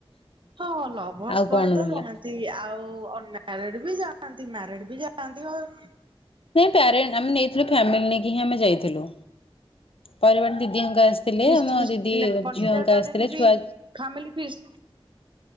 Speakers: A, on the right; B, on the left.
A: ହଁ ଲଭର୍ସ
B: ଆଉ କଣ
A: ବଏ ତ
B: ରହିଲା।
A: ଯା ତି ଆଉ ଅନ ମାରିଡ଼ ବି ଯାଆନ୍ତି ମ୍ୟାରେଡ ବି ଯାଆନ୍ତି ଅ
B: ନାଇଁ ପ୍ୟାରେଣ୍ଟ ଆମେ ନେଇଥିଲୁ ଫ୍ୟାମିଲି ନେଇକି ହିଁ ଆମେ ଯାଇଥିଲୁ। ପରିବାର ଦିଦିଙ୍କ ଆସିଥିଲେ
A: ଫିଷ୍ଟ
B: ଆମ
A: ଫିଷ୍ଟ
B: ଦିଦି
A: ପଲିଟିକାଲ
B: ଝିଅଙ୍କ
A: ଗାର୍ଡେନ
B: ଆସିଥିଲେ
A: ବି
B: ଛୁଆ
A: ଫାମିଲି ଫିଷ